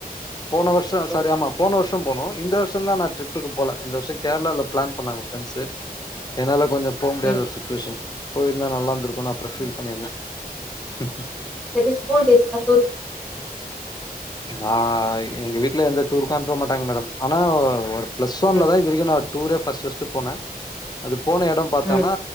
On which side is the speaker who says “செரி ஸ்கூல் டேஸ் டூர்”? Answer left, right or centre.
Centre